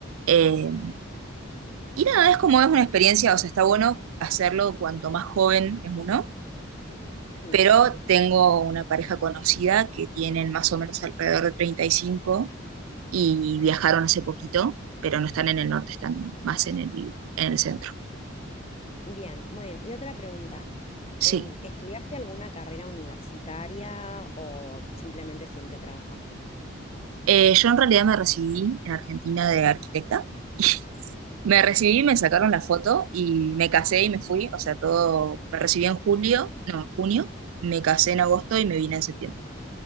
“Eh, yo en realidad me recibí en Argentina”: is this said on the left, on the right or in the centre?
Right